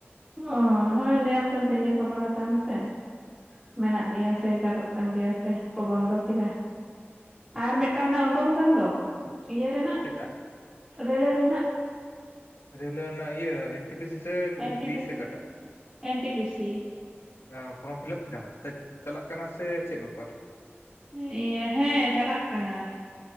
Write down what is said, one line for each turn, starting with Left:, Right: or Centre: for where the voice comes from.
Centre: ᱚ ᱦᱳᱭ ᱞᱟᱹᱭᱟᱢ ᱠᱟᱱ ᱛᱟᱦᱮᱸᱧ ᱤᱭᱟᱹ ᱠᱷᱚᱵᱚᱨ ᱦᱟᱛᱟᱣ ᱢᱮᱥᱮ ᱢᱮᱱᱟᱜ ᱜᱮᱭᱟ ᱥᱮ ᱪᱟᱹᱞᱩᱜ ᱠᱟᱱ ᱜᱮᱭᱟ ᱥᱮ ᱠᱚ ᱵᱚᱱᱫᱚ ᱠᱮᱫᱟ ᱟᱨ ᱢᱤᱫᱴᱟᱝ ᱚᱱᱟ ᱩᱰᱩᱝ ᱟᱠᱟᱱ ᱫᱚ ᱤᱭᱟᱹ ᱨᱮᱱᱟᱜ
Left: ᱪᱮᱛᱼᱟᱜ
Centre: ᱨᱮᱞᱣᱮ ᱨᱮᱱᱟᱜ
Left: ᱨᱮᱞ ᱣᱮ ᱨᱮᱱᱟᱜ ᱤᱭᱟᱹ ᱮᱱ ᱴᱤ ᱯᱤ ᱥᱤ ᱥᱮ ᱜᱨᱩᱯ
Centre: ᱮᱱ ᱴᱤ
Left: ᱰᱤ
Centre: ᱯᱤ
Left: ᱥᱮ ᱟᱠᱟᱴᱟᱜ
Centre: ᱮᱱ ᱴᱤ ᱯᱤ ᱥᱤ
Left: <inaudible> ᱯᱷᱨᱚᱢ ᱯᱷᱤᱞᱟᱯ ᱠᱮᱫᱟᱢ ᱪᱟᱞᱟᱜ ᱠᱟᱱᱟ ᱥᱮ ᱪᱮᱫ ᱵᱮᱯᱟᱨ
Centre: ᱦᱮᱸ ᱤᱭᱟᱹ ᱦᱮᱸ ᱪᱟᱞᱟᱜ ᱠᱟᱱᱟ